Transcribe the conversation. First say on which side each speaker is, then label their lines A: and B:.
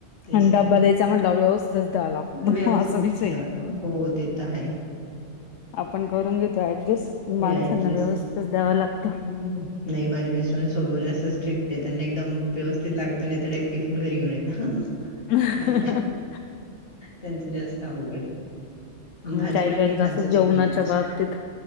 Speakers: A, on the left; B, on the left.
A: तेच
B: आणि डब्बा
A: ना
B: द्यायचा म्हटल्याव व्यवस्थित द्यावा लागतो.
A: व्यवस्थित
B: असा विषय
A: देवा
B: आहे...
A: हो ते तर आहे
B: आपण करून घेतो ऍडजेस पण माणसांना
A: ऍडजस्ट
B: व्यवस्थितच द्यावा लागत.
A: हम्म नाही माझ्या मिस्टरांसोबत जास्त स्ट्रिक्टट आहे त्यांना एकदम व्यवस्थित लागतं नाही त्या एक टिफिन घरी येऊन येत ह...
B: हम्म
A: आ... त्यांनच जास्त अवघड आहे... भाजी
B: काही
A: पण
B: काहीच
A: नाही खात
B: असं
A: जशी
B: जेवणाच्या
A: पाहिजे तशी..
B: बाबतीत